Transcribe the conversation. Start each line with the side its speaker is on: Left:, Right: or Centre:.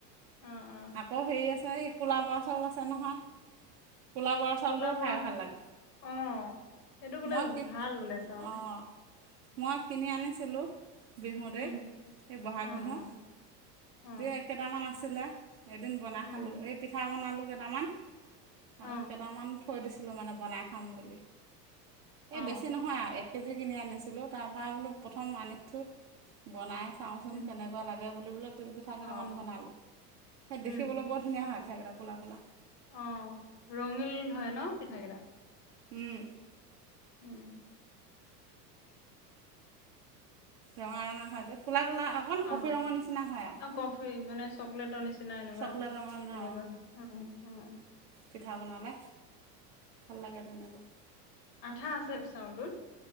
Left: অ অ
Right: আকৌ হেৰি আছে এই কোলা বৰা চাউল আছে নহয়। ক'লা বৰা চাউলটো
Left: কোলা বৰা
Right: খাই ভাল লাগে
Left: অ', সেইটো বোলে
Right: মই কি
Left: ভাল বোলে চাউলটো।
Right: অঁ মই কিনি আনিছিলো বিহুতেই
Left: উম
Right: এই বহাগ
Left: অ
Right: বিহু,
Left: অ অ
Right: তে এই কেইটামান আছিলে। এদিন বনাই
Left: উম
Right: খালোঁ এই পিঠা বনালোঁ কেইটামান,
Left: অ
Right: আকৌ কেইটামান থৈ দিছোঁ ছিলো মানে বনাই খাম বুলি,
Left: অ
Right: এই বেছি নহয় আৰু এ কেজি কিনি আনিছিলোঁ তাৰপৰা বোলো প্ৰথম আনিছোঁ বনাই চাওঁচোন
Left: উম
Right: কেনেকুৱা লাগে বুলি বোলে তিলপিঠা
Left: অ
Right: কেইটামান বনালোঁ। সেই
Left: উম
Right: দেখিবলৈ বৰ ধুনীয়া হয়। সেই কেইটা ফুলা ফুলা।
Left: অ', ৰঙিল হয় ন' পিঠাকেইটা।
Right: উম।
Left: হম।
Right: ৰঙা ৰঙা হয় যে ক'লা ক'লা অকণ কফি
Left: অ',
Right: ৰঙৰ নিচিনা হয় আৰু
Left: অ', কফি মানে চকলেটৰ নিচিনা এনেকুৱা
Right: চকলেট ৰঙৰ
Left: তেনেকুৱা
Right: অঁ
Left: হয়। অ', হয়।
Right: পিঠা বনালে, ভাল লাগে তেনেকুৱা।
Left: আঠা আছে চাউলটোত।